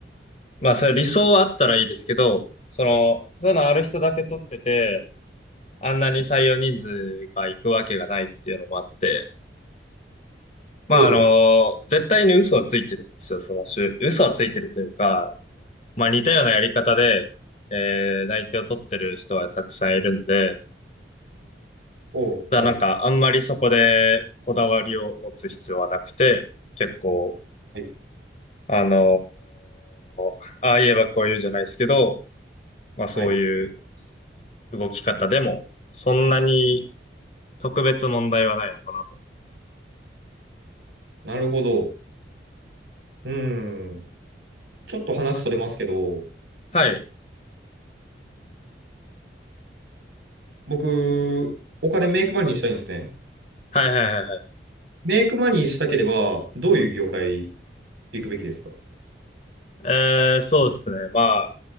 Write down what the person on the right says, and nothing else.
ほう、
ほう、
はい、
はい、
はい、
なるほど。うん、ちょっと話それますけど、
僕、お金メイクマニーしたいんですね。
メイクマニーしたければ、どういう業界行くべきですか